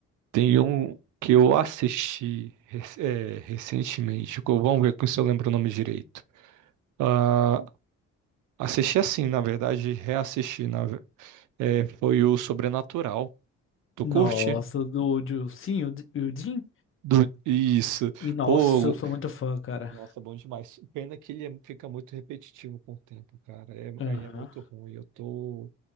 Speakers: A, on the right (about 80°); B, on the left (about 45°).
A: tem um que eu assisti rec- é, recentemente. Co- Vamos ver se eu lembro o nome direito. Ah, assisti assim, na verdade, reassisti. É, foi o Sobrenatural. Tu
B: Nossa,
A: curte?
B: do, do sim, o, D- o Jim.
A: Do... Isso.
B: E nossa,
A: Pô,
B: eu sou muito fã, cara.
A: nossa, bom demais. Pena que ele é- fica muito repetitivo com o tempo, cara. É-
B: Aham.
A: aí é muito ruim. Eu tô,